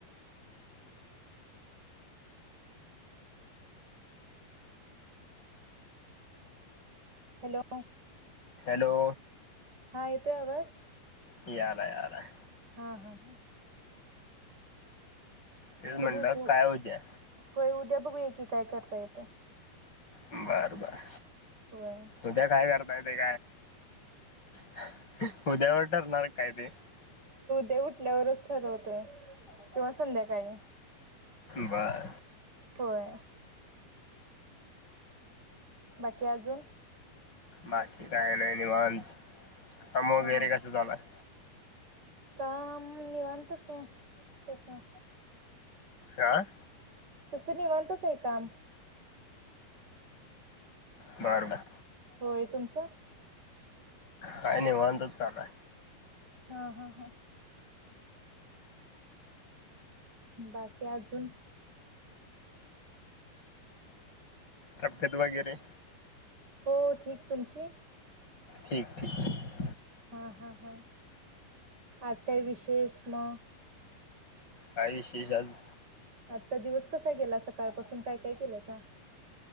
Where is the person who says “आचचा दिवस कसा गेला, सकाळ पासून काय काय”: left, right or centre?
Right